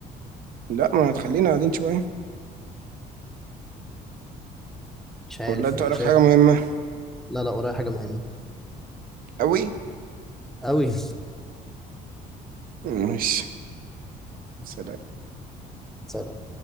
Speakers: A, on the right; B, in the centre.
A: لا ما هتخلينا قاعدين شوية
B: مش عارف
A: ولا أنت وراك
B: انا شايف
A: حاجة مهمة
B: لا لا ورايا حاجة مهمة
A: أوي؟
B: أوي
A: ماشي سلام
B: <laughs> سلام